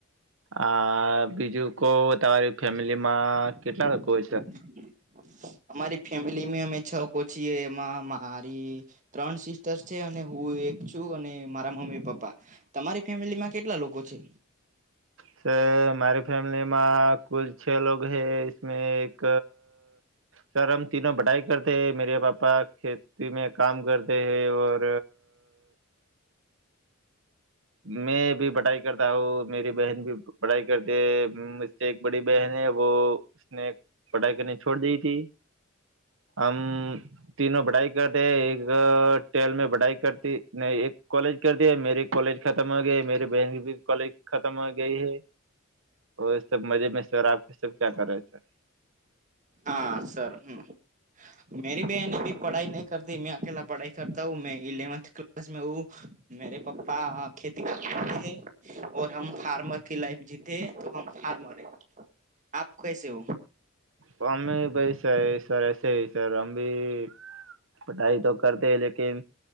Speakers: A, on the right; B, on the right.
A: આ બીજું કો તમારી. ફેમિલીમાં
B: <inaudible> <unintelligible>
A: કેટલા લોકો હોય છે.
B: અમારી ફેમિલી અમે છ કો છીએ એમાં મારી. ત્રણ સિસ્ટર છે. અને હું એક છું. અને મારા મમ્મી પપ્પા. તમારી ફેમિલી માં કેટલા લોકો છે?
A: સર મારી ફેમલીમાં કુલ છ લોગ હૈ. મે એક. સર હમ તીનો બઢાાઈ કરતેે. મેરે પાપા ખેત ખેતી મે કામ કરતે હૈ ઓર મેં ભી બટાઈ કરતા હું. મેરી બહેન ભી. પઢાઈ કરતે હૈ. એક બડી બહેન હૈ વો ઉસને. પઢાઈ કરની છોડ દી થી. હમ તીનો પઢાઈ કરતી હે એક ટ્વેલ રી મે પઢાઈ કરતી ન એક કોલેજ કરતી મેરે કોલેજ ખતમ હો ગયા મેરી બહેન કોલેજ ખતમ હો ગઈ હૈ. ઓ સબ મજેમાં સર આપ સબ ક્યા કરે રહે છે.
B: હા સર હમ. મેરી બહેન બી પઢાઈ નહી કરતી મેં અકેલા પઢાઈ કરતા હું મે ઇલેવન્થ ક્લાસ મે હું મેરે પપ્પા ખેતી કરતે હૈ ઔર હમ ફાર્મર કે લાઈફ જીતેૈ હે તો હમ ફાર્મર હૈ. આપ કસે હો.
A: હમ ભૈસ સર એસ હ સર હમ ભી પઢાઈ તો કરતે લેકિન.